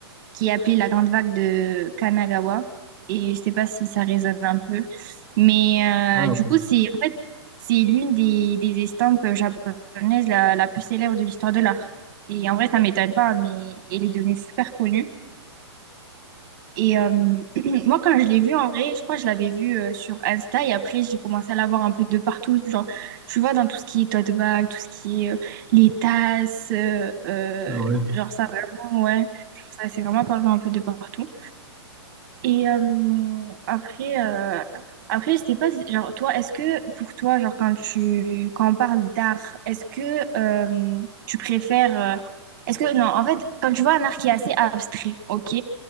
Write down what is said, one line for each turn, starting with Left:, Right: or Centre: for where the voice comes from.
Right: qui est appelée la grande vague de Kanagawa. Et je sais pas si ça résonne un peu. Mais
Centre: Ah,
Right: euh, du
Centre: ok,
Right: coup, c'est en fait, c'est l'une des, des estampes japonaises la, la plus célèbre de l'histoire de l'art. Et en vrai, ça m'étonne pas, mais elle est devenue super connue. Et euh, <clears throat> moi, quand je l'ai vue, en vrai, je crois que je l'avais vue euh, sur Insta et après, j'ai commencé à la voir un peu de partout. Genre, tu vois, dans tout ce qui est tote bag, tout ce qui est euh, les tasses, euh, euh,
Centre: c'est vrai.
Right: genre ça, vraiment, ouais, ça, c'est vraiment apparu un peu de partout. Et euh, après, euh, après, je sais pas, si- genre, toi, est-ce que pour toi, genre, quand tu, quand on parle d'art, est-ce que euh, tu préfères, euh, est-ce que, non, en fait, quand tu vois un art qui est assez abstrait, ok,